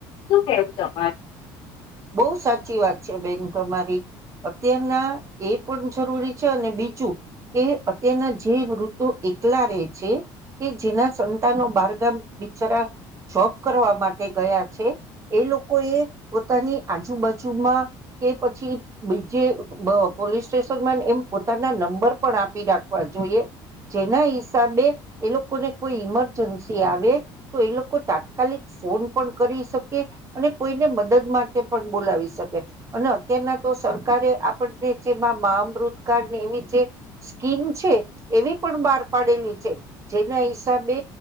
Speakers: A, on the left (about 55°); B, on the right (about 30°).
A: શું કેવું તમારે?
B: બહ સાચી વાત છે બેન તમારી. અત્યારના એ પણ જરૂરી છે અને બીજું કે અત્યારના જે મૃધો એકલા રહે છે કે જેના સંતાનો બારગામ બિચાર જોબ કરવા માટે ગયા છે એ લોકો એ પોતાની આજુબાજુમાં કે પછી બીજે પોલીસ સ્ટેશનમાં એમ પોતાના નંબર પણ આપી રાખવા જોઈએ જેના હિસાબે એ લોકોને કોઈ ઈમરજન્સી આવે તો એ લોકો તાત્કાલિક ફોન પણ કરી શકે અને કોઈને મદદ માટે તે પણ બોલાવી શકે અને અત્યારના તો સરકારે આપણને જેમાં મા મૃતકાળ ને એવી જે સ્કીમ છે એવી પણ બહાર પાડેલી છે જેના હિસાબે